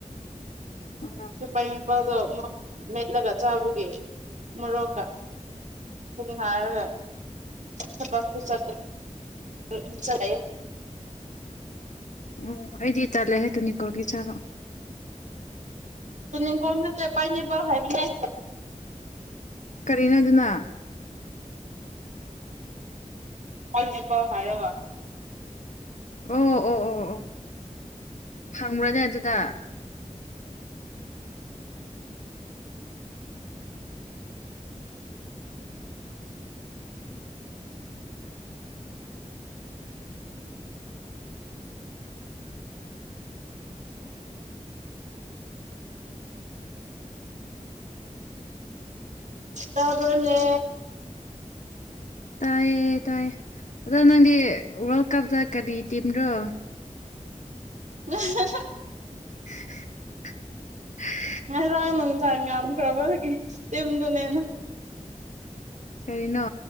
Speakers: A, on the left; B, on the right.
A: ꯑꯣ
B: ꯄꯥꯏꯅꯤꯄꯥꯜꯗꯣ ꯃꯦꯠꯂꯒ ꯆꯥꯕꯒꯤ ꯃꯣꯔꯣꯛꯀ ꯄꯨꯛ ꯅꯥꯌꯦ ꯊꯥꯕꯛꯁꯨ ꯆꯠꯇ꯭ꯔꯦ ꯗ ꯥꯂꯩꯌꯦ
A: ꯑꯝ ꯑꯩꯗꯤ ꯇꯜꯂꯦꯍꯦ ꯇꯨꯅꯤꯀꯣꯛꯒꯤ ꯆꯥꯕ
B: ꯇꯨꯅꯤꯛꯀꯣꯛ ꯅꯠꯇꯦ ꯄꯥꯏꯟꯑꯦꯄꯜ ꯍꯥꯏꯕꯅꯦ
A: ꯀꯥꯔꯤꯅꯣ ꯑꯗꯨꯅ
B: ꯄꯥꯏꯟꯑꯦꯄꯜ ꯍꯥꯏꯔꯒ
A: ꯑꯣ-ꯑꯣ-ꯑꯣ-ꯑꯣ ꯐꯪꯕ꯭ꯔꯅꯦ ꯑꯗꯨꯗ
B: ꯇꯥꯕꯥꯅꯦ
A: ꯇꯥꯏꯌꯦ ꯇꯥꯏꯌꯦ ꯑꯗꯣ ꯅꯪꯗꯤ ꯋꯥ꯭ꯔꯜ ꯀꯞꯇ ꯀꯥꯔꯤ ꯇꯤꯝꯔꯣ
B: <unintelligible>
A: <unintelligible>
B: ꯉꯔꯥꯡꯅ ꯅꯨꯡꯗꯥꯡ ꯉꯝꯈ꯭ꯔꯕꯔꯒꯤ ꯇꯤꯟꯗꯨꯅꯦ
A: ꯀꯔꯤꯅꯣ